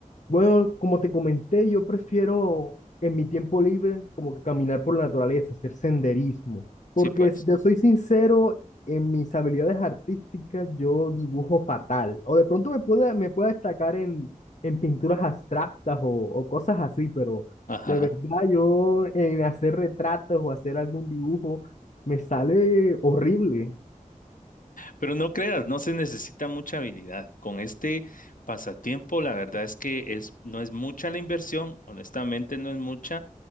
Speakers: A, on the left; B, on the left.
A: Bueno, como te comenté, yo prefiero en mi tiempo libre como que caminar por la naturaleza, hacer senderismo, porque
B: Sí, pues.
A: si te soy sincero, en mis habilidades artísticas yo dibujo fatal, o de pronto me pueda me pueda destacar en, en pinturas abstractas o, o cosas así, pero
B: Ajá.
A: de verdad yo en hacer retratos o hacer algún dibujo me sale horrible.
B: Pero no creas, no se necesita mucha habilidad. Con este pasatiempo, la verdad es que es, no es mucha la inversión, honestamente no es mucha,